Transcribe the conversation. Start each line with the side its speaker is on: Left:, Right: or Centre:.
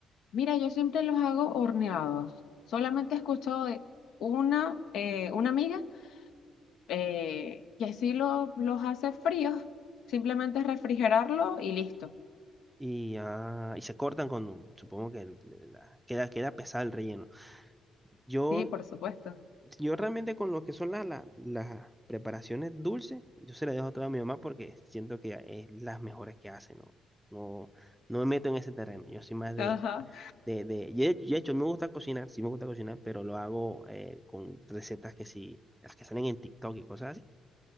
Left: Mira, yo siempre los hago horneados. Solamente he escuchado de una, eh, una amiga eh, que sí lo- los hace fríos, simplemente es refrigerarlo y listo.
Centre: Y, ah, y se cortan con, supongo que el- la- queda, queda pesado el relleno. Yo,
Left: Sí, por supuesto.
Centre: yo realmente con lo que son la- la- las preparaciones dulces, yo se las dejo todas a mi mamá porque siento que es las mejores que hace, ¿no? No, no me meto en ese terreno. Yo soy más de,
Left: Ajá.
Centre: de, de, y de, de hecho me gusta cocinar, sí me gusta cocinar, pero lo hago eh, con recetas que sí, las que salen en TikTok y cosas así.